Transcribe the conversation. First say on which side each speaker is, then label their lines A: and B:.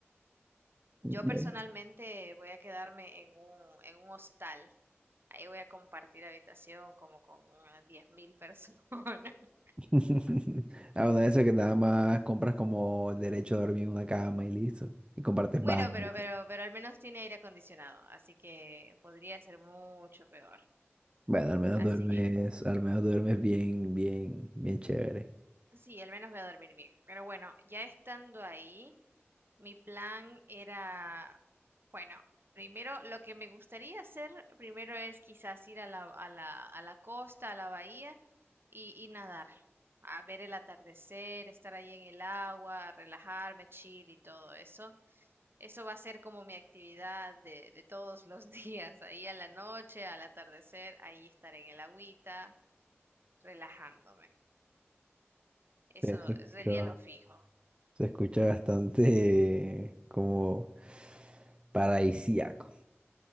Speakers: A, on the right (about 25°); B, on the right (about 55°).
A: ¿Ve?
B: Yo personalmente voy a quedarme en un, en un hostal. Ahí voy a compartir habitación como con unas 10.000 personas. <laughs>
A: <laughs> A una de esas que nada más compras como el derecho a dormir en una cama y listo. Y compartes
B: Bueno,
A: baño.
B: pero,
A: y todo.
B: pero, pero al menos tiene aire acondicionado, así que podría ser mucho peor.
A: Bueno, al menos
B: Así
A: duermes,
B: que
A: al menos duermes bien, bien, bien chévere.
B: Sí, al menos voy a dormir bien. Pero bueno, ya estando ahí, mi plan era, bueno, primero lo que me gustaría hacer, primero es quizás ir a la, a la, a la costa, a la bahía y, y nadar, a ver el atardecer, estar ahí en el agua, relajarme, chill y todo eso. Eso va a ser como mi actividad de, de todos los <laughs> días, ahí a la noche, al atardecer, ahí estar en el agüita, relajándome. Eso
A: Eh, Se escucha,
B: sería lo fijo.
A: se escucha bastante como paradisíaco.